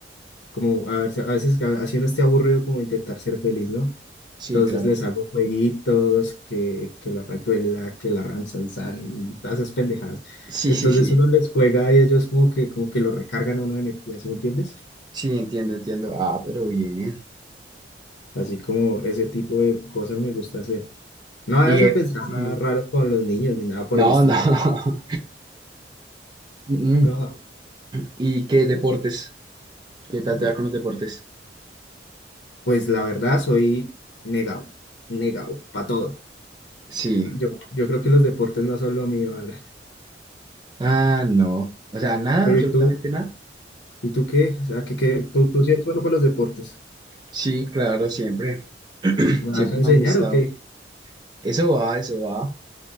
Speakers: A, on the left; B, on the right.
A: como a ver, a veces a- así uno esté aburrido como intentar ser feliz, ¿no?
B: Sí,
A: Entonces
B: claro.
A: les hago jueguitos, que, que la rayuela, que la ramsansan, todas esas pendejadas.
B: Sí,
A: Entonces
B: sí, sí.
A: uno les juega y ellos como que, como que lo recargan a uno de energía, ¿sí me entiendes?
B: Sí, entiendo, entiendo. Ah, pero bien.
A: Así como ese tipo de cosas me gusta hacer. No vayas
B: Y eh,
A: a pensar
B: mm,
A: nada raro con los niños ni nada por
B: no,
A: el estilo.
B: no.
A: <laughs>
B: <laughs> mm.
A: No,
B: ¿Y qué deportes? ¿Qué tal
A: de,
B: te va con los deportes?
A: pues la verdad soy negado, negado, para todo.
B: Sí.
A: Yo, yo creo que los deportes no son lo mío, Ana.
B: Ah, no. O sea, nada,
A: Pero
B: absolutamente
A: ¿y tú?
B: nada.
A: ¿Y tú qué? O sea, que, que tú, tú sí eres bueno para los deportes.
B: Sí, claro, siempre. <clears throat>
A: ¿Me
B: Siempre
A: vas a enseñar
B: me ha gustado.
A: o qué?
B: Eso va, eso va.